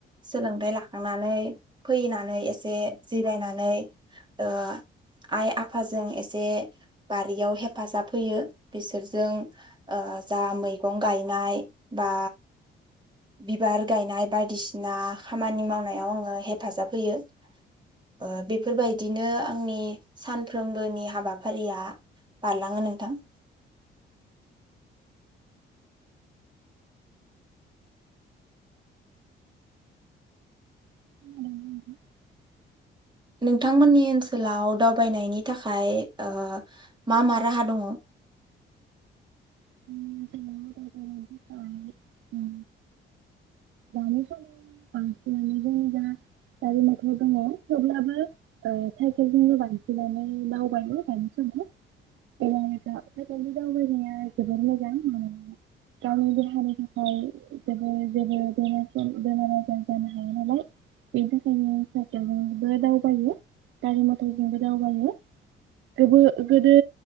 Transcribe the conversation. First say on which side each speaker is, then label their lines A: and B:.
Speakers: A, on the right (about 20°); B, on the right (about 75°).
A: सोलोंथायाइ लाखांनानै फैनानै एसे जिरायनानै ओ आइ आफ आफाजों एसे बारियाव हेफाजाब होयो बिसोरजों ओ जा मैगं गायनाय बा बिबार गायनाय बायदिसिना खामानि मावनायाव आङो हेफाजाब होयो ओ बेफोरबायदिनो आंनि सान फ्रोमबोनि हाबाफारिया बारलाङो नोंथां। <inaudible>
B: <inaudible>
A: नोंथांमोननि ओनसोलाव दावबायनायनि थाखाय ओ मा मा राहा दङ?
B: <inaudible> थाखाय उम दानि समाव बांसिनानो जों जा गारि मथर दङ थेवब्लाबो ओ साइकेलजोंनो बांसिनानो दावबायो दानि समाव <unintelligible> साइकेलजों दावबायनाया जोबोर मोजां मानोना गावनि देहानि थाखाय जोबो जोबोद बेमारफोर बेमार आजार जानो हाया नालाय बेनि थाखायनो साइकेलजोंबो दावबायो गारि मथरजोंबो दावबायो गोबो गोदो